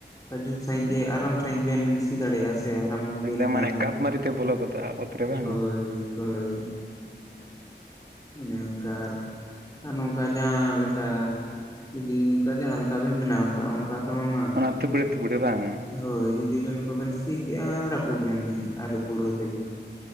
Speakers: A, on the left; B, on the right.
A: ᱡᱩᱛ ᱥᱟᱹᱦᱤᱡ ᱜᱮ ᱟᱨᱟᱢ ᱥᱟᱹᱦᱤᱡ ᱵᱮᱱ ᱥᱤ ᱫᱟᱲᱮᱭᱟᱜᱼᱟ᱾ ᱥᱮ ᱟᱨᱟᱢ ᱵᱮᱱ
B: ᱦᱚ
A: ᱧᱟᱢᱟ
B: ᱢᱟᱱᱮ ᱜᱷᱟᱯ ᱢᱟᱨᱛᱮ ᱵᱚᱞ ᱜᱚᱫᱚᱜᱼᱟ᱾ ᱨᱮ ᱵᱟᱝ
A: ᱦᱳᱭ ᱦᱳᱭ ᱚᱱᱮ ᱚᱝᱠᱟᱨ᱾ ᱟᱨ ᱱᱚᱝᱠᱟ ᱡᱟᱦᱟᱸ ᱞᱮᱠᱟ ᱡᱩᱫᱤ ᱱᱚᱝᱠᱟ ᱡᱟᱦᱟᱸ ᱞᱮᱠᱟ ᱵᱮᱱ ᱵᱮᱱᱟᱣ ᱠᱟᱜ ᱚᱱᱠᱟ᱾ ᱛᱚᱦᱚ ᱢᱟ
B: ᱚᱱᱟ ᱛᱷᱩᱵᱲᱟᱹ ᱛᱷᱩᱵᱲᱟᱹ ᱵᱟᱝ
A: ᱦᱳᱭ ᱡᱩᱫᱤ ᱵᱮᱱ ᱠᱚᱵᱮᱱ ᱥᱤ ᱠᱮᱜᱼᱟᱜ ᱨᱟᱹᱯᱩᱫ ᱮᱱ ᱜᱮ ᱟᱨᱮ ᱯᱩᱨᱟᱹ ᱛᱮᱜᱮ᱾